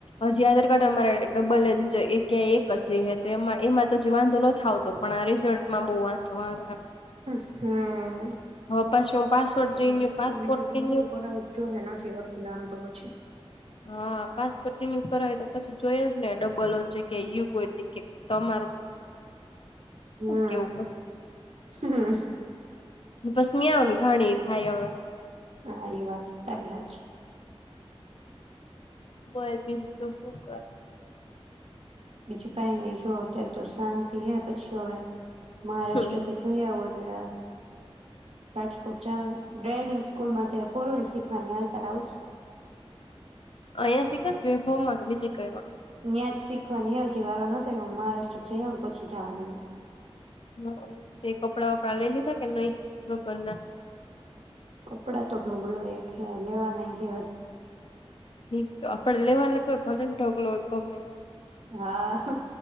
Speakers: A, on the left (about 60°); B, on the right (about 90°).
A: હજી આધાર કાર્ડ <unintelligible> એક જ હ તો એમાં એમાં તો હ વાંધો ન આવતો પણ આ રિઝલ્ટમાં બહુ વાંધો આવે.
B: હમ્મ
A: હવે પાછું હું પાસવર્ડ રિન્યુ
B: વાતું
A: પાસપોર્ટ
B: બીજું તો
A: રિન્યુ
B: હું કરવું તો જોયેણે નથી હરખું નામ તો પ અચ્છા
A: હા પાસપોર્ટ રિન્યુ કરાવી તો પછી જોઈ જ ને ડબલ જગ્યા એવું હોય હતી કે તમારું.
B: હમ
A: શું કેવું
B: હ.
A: બસ નીં આવ ને ઘણી એ થાય હવે.
B: હા એ વાત ત રહ્યા છે.
A: બોયલ બ છે ત હક કર.
B: બીજું કઈ જો અત્યારે તો શાંતિ હે પછી હવે. મહારાષ્ટ્ર
A: હમ.
B: ત તોું આવડ. <unintelligible> <unintelligible> રાજકોટ ડ્રાઈવિંગ. સ્કૂલમાં તે ફોરવ્હીલ શીખવાની હાલતા રહ આવું.
A: અહં શીખશ ભ બીજી ક.
B: ન્યાજ શીખવાની હછી વારો ન થયો મહારાષ્ટ્ર જ પછી જવાનું હો.
A: હ તે કપડાં વપડા લઈ લીધા કે નહી. હબરડા.
B: કપડા તો. ઢોગલો એ ખેલેવા ન. <unintelligible>
A: એ આપડે લેવાના તો ભલેન ઢગલો ગમે.
B: હા